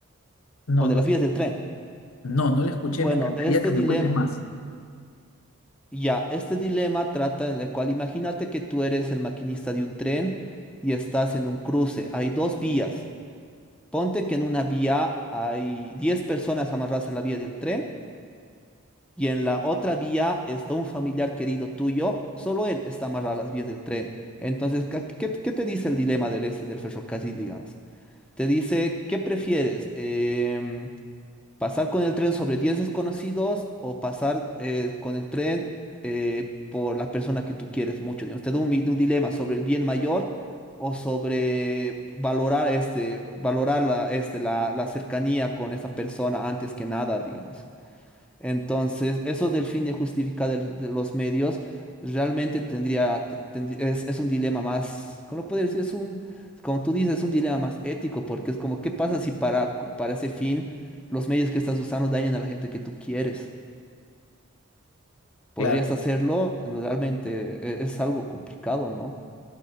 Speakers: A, on the left; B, in the centre.
A: No,
B: o
A: no
B: de las vías del tren.
A: No, no la escuché,
B: Bueno,
A: me encantaría
B: este
A: que me
B: dilema,
A: cuentes más.
B: ya, este dilema trata en el cual imagínate que tú eres el maquinista de un tren y estás en un cruce. Hay dos vías. Ponte que en una vía hay 10 personas amarradas a la vía del tren y en la otra vía está un familiar querido tuyo, solo él está amarrado a las vías del tren. Entonces, ¿qué, qué- qué te dice el dilema del este, del ferrocarril, digamos? Te dice, ¿qué prefieres? Em, ¿pasar con el tren sobre 10 desconocidos o pasar eh, con el tren eh, por la persona que tú quieres mucho? Digamos, te da un, mi- un dilema sobre el bien mayor o sobre valorar, este, valorar la, este, la, la cercanía con esa persona antes que nada, digamos. Entonces, eso del fin de justificar el- de los medios realmente tendría, te- tendrí- es, es un dilema más, ¿cómo lo puedo decir? Es un, como tú dices, es un dilema más ético, porque es como, ¿qué pasa si para, para ese fin los medios que estás usando dañan a la gente que tú quieres? ¿Podrías
A: Claro,
B: hacerlo? Realmente e- es algo complicado, ¿no?